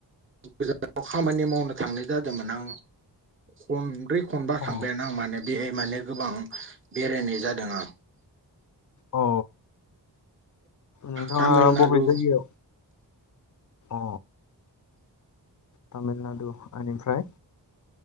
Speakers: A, on the right (about 30°); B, on the left (about 45°).
A: गोजानाव खामानि मावनो थांनाय जादोंमोन आं। खनब्रै खनबा थांबायानो
B: अ
A: आं माने बेहाय माने गोबां बेरायनाय जादों आं।
B: औ नोंथाङा
A: तामिलनाडु
B: बबे जायगायाव अ तामिलनाडु एनिफ्राय